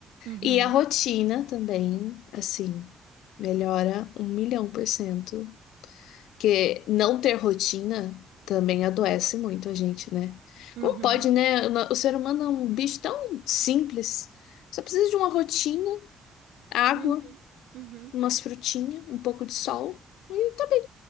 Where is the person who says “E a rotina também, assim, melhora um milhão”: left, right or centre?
Left